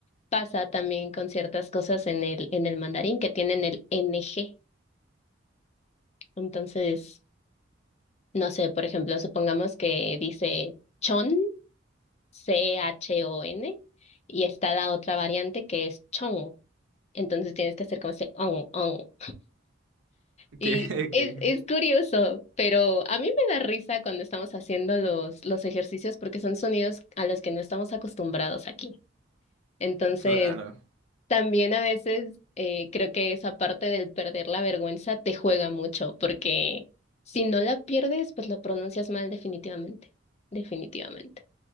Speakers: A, on the left; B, on the right.
A: pasa también con ciertas cosas en el, en el mandarín que tienen el NG. Entonces, no sé, por ejemplo, supongamos que dice chon, C-H-O-N, y está la otra variante que es chong. Entonces tienes que hacer como ese on, on.
B: <laughs>
A: Y
B: Que,
A: es,
B: que-
A: es curioso, pero a mí me da risa cuando estamos haciendo los, los ejercicios porque son sonidos a los que no estamos acostumbrados aquí. Entonces,
B: claro.
A: También a veces eh, creo que esa parte del perder la vergüenza te juega mucho, porque si no la pierdes, pues lo pronuncias mal definitivamente, definitivamente.